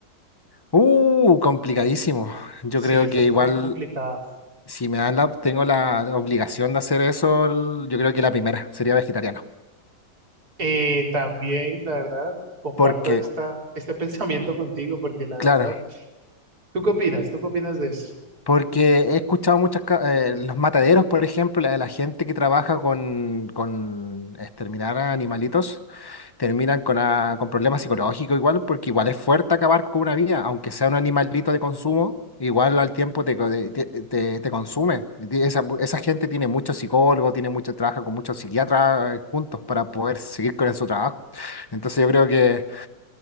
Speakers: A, on the left (about 20°); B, on the right (about 60°).
A: Uh, complicadísimo. Yo
B: Sí,
A: creo
B: esta
A: que
B: está
A: igual,
B: complicada.
A: si me dan la, tengo la obligación de hacer eso, el- yo creo que la primera sería vegetariano.
B: Eh, también, la verdad, comparto
A: Porque,
B: esta, este <laughs> pensamiento contigo porque la verdad,
A: claro,
B: ¿tú qué opinas? ¿Tú qué opinas de eso?
A: porque he escuchado muchas, ca- eh, los mataderos, por ejemplo, la de la gente que trabaja con, con exterminar a animalitos. terminan con, a- con problemas psicológicos igual, porque igual es fuerte acabar con una vida, aunque sea un animalito de consumo, igual al tiempo te, co- te, te- te consume. Ti- Esa, esa gente tiene muchos psicólogos, tiene mucho trabajo con muchos psiquiatras eh, juntos para poder seguir con su trabajo. Entonces yo creo que